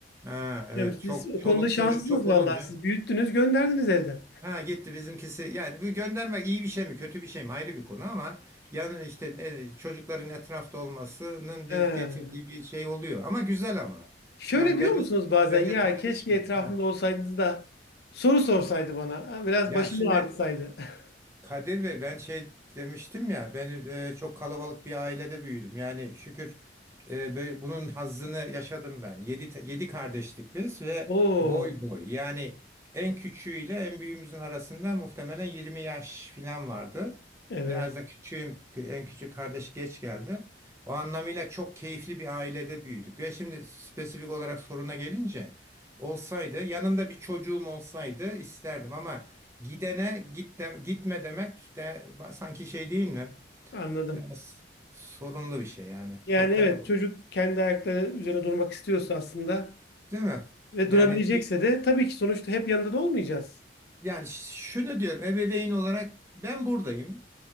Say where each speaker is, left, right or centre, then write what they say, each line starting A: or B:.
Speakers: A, on the right; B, on the left.
A: Ha evet
B: Bilmiyorum,
A: çok
B: siz o
A: çoluk
B: konuda şanslısınız
A: çocuk çok
B: vallahi.
A: olunca
B: Siz büyüttünüz, gönderdiniz evden.
A: ha gitti bizimkisi. Yani bu göndermek iyi bir şey mi kötü bir şey mi ayrı bir konu ama yani işte ne- çocukların etrafta olmasının
B: He.
A: bir getirdiği bir şey oluyor. Ama güzel ama.
B: Şöyle
A: Yani
B: diyor
A: bence
B: musunuz bazen
A: bence
B: ya
A: tadını
B: keşke
A: çıkar.
B: etrafımda
A: Ha.
B: olsaydınız da soru sorsaydı bana. Ha, Biraz
A: Ya
B: başımı
A: şimdi
B: ağrıtsaydı. <laughs>
A: Kadir Bey ben şey demiştim ya ben e, çok kalabalık bir ailede büyüdüm. Yani şükür e, böyle bunun hazzını yaşadım ben. Yedi, te- yedi kardeştik biz ve
B: Oo,
A: boy boy. Yani en küçüğüyle en büyüğümüzün arasında muhtemelen 20 yaş falan vardı.
B: evet
A: Biraz da küçüğüm en küçük kardeş geç geldi. O anlamıyla çok keyifli bir ailede büyüdük. Ve şimdi spesifik olarak soruna gelince olsaydı yanımda bir çocuğum olsaydı isterdim ama Gidene git de- gitme demek de sanki şey değil mi?
B: anladım.
A: Biraz sorunlu bir şey yani.
B: Yani
A: Çok
B: evet
A: da
B: çocuk kendi ayakları üzerine durmak istiyorsa aslında
A: değil mi?
B: ve
A: Yani
B: durabilecekse de tabii ki sonuçta hep yanında da olmayacağız.
A: Yani ş- şunu diyorum ebeveyn olarak ben buradayım.